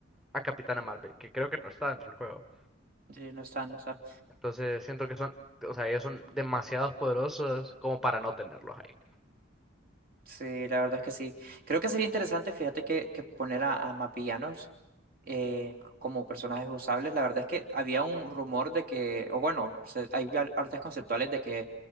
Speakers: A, in the centre; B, on the right.
A: a Capitana Marvel, que creo que no está dentro del juego.
B: Sí, no está, no está.
A: Entonces siento que son, o sea, ellos son demasiados poderosos como para no tenerlos ahí.
B: Sí, la verdad es que sí. Creo que sería interesante, fíjate, que, que poner a, a más villanos eh, como personajes usables. La verdad es que había un rumor de que, o bueno, se- hay ar- artes conceptuales de que